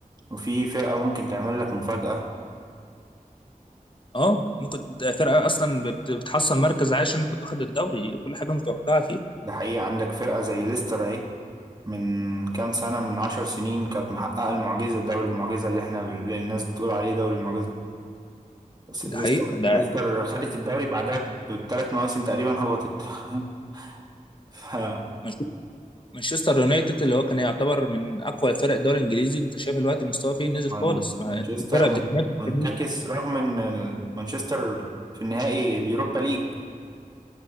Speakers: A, on the right; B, on the left.
A: وفي فرقة ممكن تعمل لك مفاجأة
B: اه ممكن ده فرقه اصلا بت- بتحصل مركز عاشر ممكن تاخد الدوري كل حاجه متوقعه فيها
A: ده حقيقة عندك فرقة زي ليستر اهي من كام سنة من عشر سنين كانت محققة المعجزة دوري المعجزة اللي احنا اللي الناس بتقول عليه دوري المعجزة بس
B: ده
A: ليستر
B: حقيقه ده
A: ليستر خدت الدوري بعدها بثلاث مواسم تقريبا هبطت <laughs> ف
B: مانش- مانشستر يونايتد اللي هو كان يعتبر من اقوى فرق الدوري الانجليزي انت شايف الوقت مستواه فيه نزل
A: مان-
B: خالص ما
A: مانشستر
B: الفرقه
A: من-
B: بتتنافس
A: منتكس
B: كتير،
A: رغم ان ال- مانشستر في النهائي اليوروبا ليج